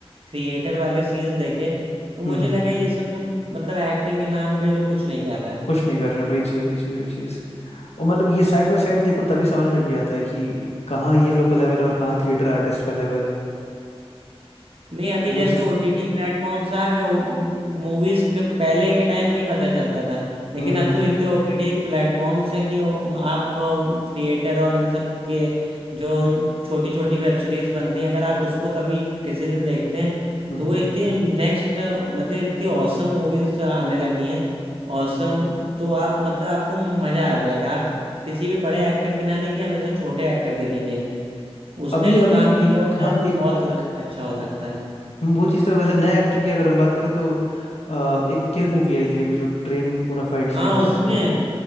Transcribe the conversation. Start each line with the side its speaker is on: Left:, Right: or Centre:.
Right: थिएटर वाले सीन्स देखे तो मुझे
Left: हम्म, हम्म,
Right: लगा
Left: हम्म, हम्म।
Right: ये सब लोग मतलब एक्टिंग के नाम पे ये लोग कुछ नहीं कर रहा है
Left: कुछ नहीं कर रहा वही चीज़ वही चीज़ वही चीज़ और मतलब ये साइड बाय साइड देखो तभी समझ में भी आता है कि कहाँ ये लोग का लेवल है और कहाँ थिएटर आर्टिस्ट का लेवल है
Right: नहीं अभी
Left: वो
Right: जैसे
Left: चीज़
Right: ओटीटी प्लेटफॉर्म्स आ गए मूवीज के पहले के टाइम नहीं पता चलता था लेकिन
Left: हम्म हम्म
Right: अब
Left: हम्म
Right: तो इतने ओटीटी प्लेटफॉर्म्स हैं कि वो- आप थिएटर और इन सब के जो छोटी छोटी वेब सीरीज बनती हैं अगर आप उसको कभी किसी दिन देखते हैं
Left: हम्म
Right: तो वो
Left: हम्म,
Right: इतनी
Left: हम्म।
Right: नेक्स्ट मतलब इतनी औसम मूवीज आने लगी हैं औसम तो आप मतलब आपको मजा आ जाएगा आप किसी भी बड़े एक्टर की ना देखिए हमेशा छोटे एक्टर की देखिए उसने
Left: अभी
Right: जो
Left: अभी
Right: काम किया
Left: एक
Right: होता
Left: हाँ
Right: है वो
Left: एक
Right: बहुत अच्छा हो
Left: हम्म,
Right: सकता है
Left: वो चीज़ तो वैसे नए एक्टर की अगर हम बात करें तो अ, एक किल मूवी आई थी अभी जो ट्रेन में पूरा फाइट सीन
Right: हाँ
Left: था
Right: उसमें
Left: जिसमें